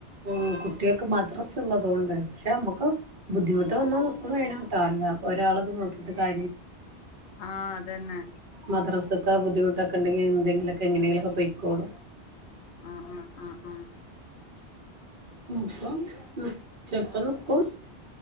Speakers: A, on the right; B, on the left.
A: ഉം കുട്ടികക്കെ മ മദ്ര സുള്ളതുകൊണ്ടപക്ഷെ നമ്മക്ക് ബുദ്ധിമുട്ട് വന്നാ നിക്കും വേണ ഒരാൾത് നോക്കിട്ട് കാ
B: ആഹ് അതന്നെ
A: മദ്രസൊക്കെ ബുദ്ധിമുട്ടൊക്കെണ്ടെങ്കി എന്തെങ്കില ക്കെ എങ്ങനെലൊക്കെ പോയ്ക്കോളും
B: ആഹ് ആഹ് ആഹ്
A: മ് പംമ് ചെൽപ്പം ന്ക്കും